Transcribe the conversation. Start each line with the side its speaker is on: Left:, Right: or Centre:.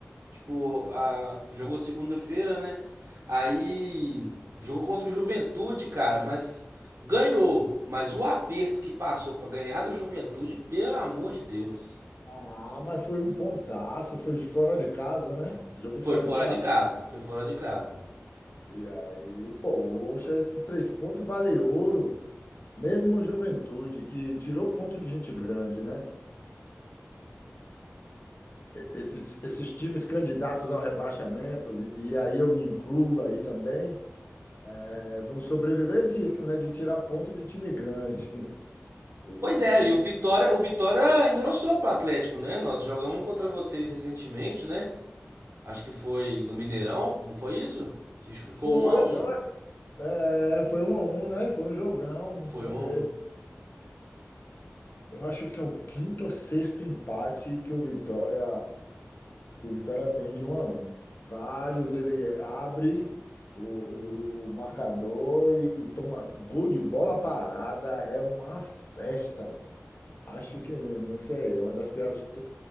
Right: Tipo,
Left: Ah,
Right: a, jogou segunda-feira, né? Aí jogou contra o Juventude, cara, mas ganhou. Mas o aperto que passou pra ganhar do Juventude, pelo amor de Deus.
Left: Ah, mas foi um pontaço, foi fora de casa, né? Jogou
Right: Foi
Left: fora
Right: fora
Left: de casa?
Right: de casa, foi fora de casa.
Left: E aí, poxa, esse três pontos vale ouro. Mesmo Juventude, que tirou ponto de gente grande, né? Esses, esses times candidatos ao rebaixamento, e, e aí eu me incluo aí também, é, vão sobreviver disso, né? De tirar ponto de time grande. <laughs> E,
Right: Pois é, e o
Left: e- e
Right: Vitória, o Vitória engrossou pro Atlético, né? Nós jogamos um contra vocês recentemente, né? Acho que foi no Mineirão, não foi isso? Acho que Ficou
Left: foi,
Right: um a um.
Left: é, foi um a um, né? Foi um jogão,
Right: Foi
Left: foi
Right: um
Left: mesmo.
Right: a um.
Left: Eu acho que é o quinto ou sexto empate que o Vitória, que o Vitória tem de um a um. Vários ele abre o, o- o marcador e, e toma gol de bola parada, é uma festa. Acho que, não sei, é uma das piores t-